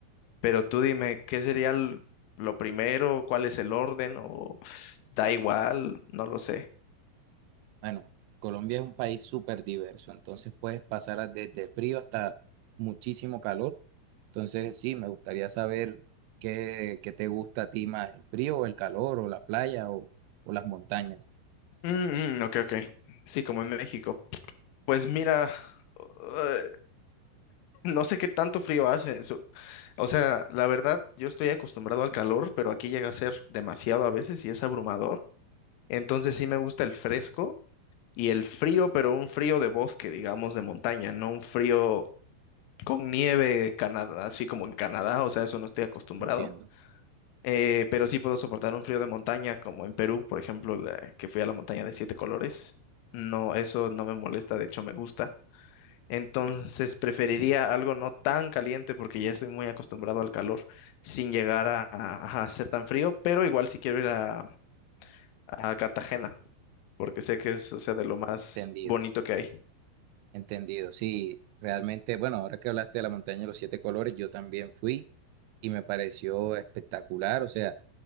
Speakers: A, on the left; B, on the right.
A: Pero tú dime, ¿qué sería l- lo primero? ¿Cuál es el orden? ¿O da igual? No lo sé.
B: bueno, Colombia es un país súper diverso, entonces puedes pasar a- desde frío hasta muchísimo calor. Entonces sí, me gustaría saber qué, qué te gusta a ti más, el frío o el calor o la playa o o las montañas.
A: Mm, mm, ok, ok. Sí, como en México. Pues mira, <sighs> eh, no sé qué tanto frío hace eso. O sea, la verdad, yo estoy acostumbrado al calor, pero aquí llega a ser demasiado a veces y es abrumador. Entonces sí me gusta el fresco y el frío, pero un frío de bosque, digamos, de montaña, no un frío con nieve, Canadá, así como en Canadá, o sea, eso no estoy acostumbrado.
B: Entiendo,
A: Eh, pero sí puedo soportar un frío de montaña, como en Perú, por ejemplo, la- que fui a la montaña de siete colores. No, eso no me molesta, de hecho me gusta. Entonces preferiría algo no tan caliente porque ya estoy muy acostumbrado al calor, sin llegar a, a- a ser tan frío, pero igual si quiero ir a a Cartagena porque sé que es, o sea, de lo más
B: entendido,
A: bonito que hay.
B: entendido. Sí, realmente, bueno, ahora que hablaste de la montaña de los siete colores, yo también fui y me pareció espectacular. O sea,